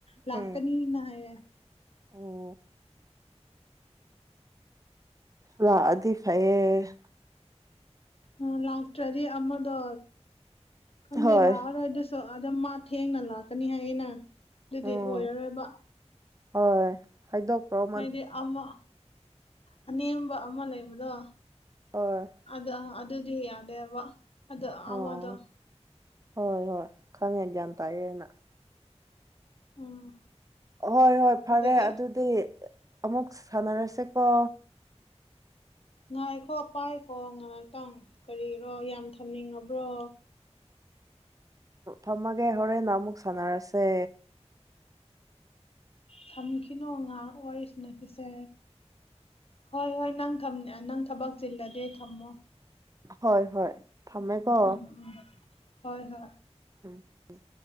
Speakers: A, on the left; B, on the right.
A: ꯂꯥꯛꯀꯅꯤꯅ
B: ꯎꯝ
A: ꯍꯥꯢꯌꯦ꯫
B: ꯎꯝ ꯂꯥꯛꯑꯗꯤ ꯐꯩꯌꯦ꯫
A: ꯑ ꯂꯥꯛꯇ꯭ꯔꯗꯤ ꯑꯃꯗꯣ ꯈꯪꯗꯦ
B: ꯍꯣꯏ
A: ꯂꯥꯛꯑꯔꯣꯏ ꯗ ꯑ ꯑꯗꯨ ꯃꯥ ꯊꯦꯡꯅ ꯂꯥꯛꯀꯅꯤ ꯍꯥꯏꯌꯦꯅꯦ ꯑꯗꯨꯗꯤ
B: ꯎꯝ
A: ꯑꯣꯏꯔꯔꯣꯏꯕ꯫
B: ꯍꯣꯏ ꯍꯥꯏꯗꯣꯈ꯭ꯔꯣ꯫
A: ꯍꯥꯏꯗꯤ ꯑꯃ ꯑꯅꯦꯝꯕ ꯑꯃ ꯂꯩꯕꯗꯣ
B: <unintelligible>
A: ꯑꯗ ꯑꯗꯨꯗꯤ ꯌꯥꯗꯦꯕ ꯑꯗꯣ ꯑꯃꯗꯣ
B: ꯑꯣ ꯍꯣꯏ ꯍꯣꯏ ꯈꯪꯉꯦ ꯒ꯭ꯌꯥꯟ ꯇꯥꯏꯌꯦꯦ ꯑꯅ
A: ꯎꯝ꯫
B: ꯍꯣꯏ ꯍꯣꯏ ꯐꯔꯦ
A: ꯑꯗꯒꯤ
B: ꯑꯗꯨꯗꯤ ꯑꯃꯨꯛ ꯁꯥꯟꯅꯔꯁꯦꯀꯣ꯫
A: ꯉꯥꯏꯈꯣ ꯄꯥꯏꯈꯣ ꯉꯥꯏꯍꯥꯛꯇꯪ ꯀꯔꯤꯔꯣ ꯌꯥꯝ ꯊꯝꯅꯤꯡꯉꯕ꯭ꯔꯣ
B: ꯊꯝꯃꯒꯦ ꯍꯣꯔꯦꯟ ꯅ ꯑꯃꯨꯛ ꯁꯥꯟꯅꯔꯁꯦ
A: ꯊꯝꯈꯤꯅꯣꯉꯥ ꯎꯔꯤ ꯆꯅꯥꯈꯤꯁꯦ ꯍ ꯍ ꯅꯪ ꯅꯪ ꯊꯕꯛ ꯆꯤꯜꯂꯗꯤ ꯊꯝꯃꯣ꯫
B: ꯍꯣꯏ ꯍꯣꯏ ꯊꯝꯃꯦꯀꯣ꯫
A: ꯎꯝ ꯎꯝ ꯍꯣꯏ ꯍꯣꯏ
B: ꯎꯝ ꯎꯝ꯫